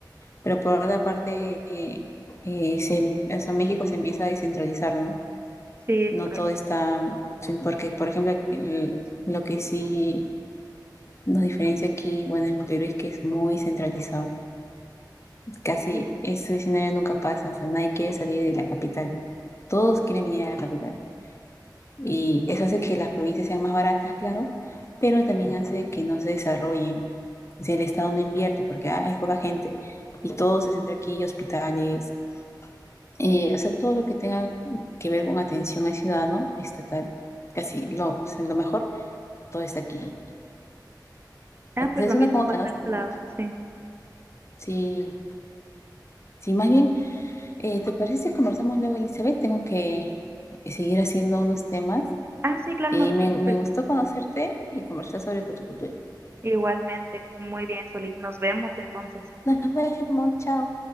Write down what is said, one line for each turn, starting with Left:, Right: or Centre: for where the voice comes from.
Left: Pero por otra parte, eh, eh, se, o sea, México se empieza a descentralizar, ¿no?
Right: Sí, es
Left: No
Right: correcto.
Left: todo está, sí, porque por ejemplo, aquí el- lo que sí nos diferencia aquí, bueno, en Perú es que es muy centralizado. Casi
Right: Sí.
Left: ese escenario nunca pasa, o sea, nadie quiere salir de la capital. Todos quieren venir a la capital. Y eso hace que las provincias sean más baratas, claro, pero también hace que no se desarrollen. O sea, el Estado no invierte porque hay hay poca gente y todo se centra aquí, hospitales Eh, o sea, todo lo que tenga que ver con atención al ciudadano estatal, casi lo, o sea, lo mejor, todo está aquí.
Right: Ah,
Left: Entonces,
Right: pues lo
Left: es
Right: mismo
Left: una con otra,
Right: pasa de este
Left: ¿no?
Right: lado. Sí.
Left: Sí, sí, más bien, eh, ¿te parece si conversamos luego, Elizabeth? Tengo que seguir haciendo unos temas
Right: Ah, sí, claro,
Left: y
Right: no te
Left: me,
Right: preocupes.
Left: me gustó conocerte y conversar sobre tu cultura.
Right: Igualmente, muy bien, Solís. Nos vemos entonces.
Left: Nos vemos, chao.